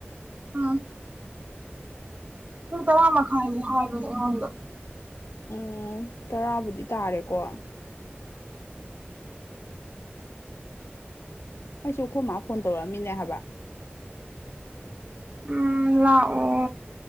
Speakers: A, on the right; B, on the left.
A: ꯎꯝ ꯇ ꯇ ꯔꯃ ꯈꯂꯤ ꯍꯥꯏꯗꯤ ꯅꯗ
B: ꯎꯝ ꯇꯔꯥꯕꯨꯗꯤ ꯇꯥꯔꯦꯀꯣ ꯑꯩꯁꯨ ꯑꯩꯈꯣꯏ ꯃꯥ ꯐꯣꯟ ꯇꯧꯔꯛꯑꯃꯤꯅꯦ ꯍꯥꯏꯕ
A: ꯎꯝ ꯂꯥꯛꯑꯣ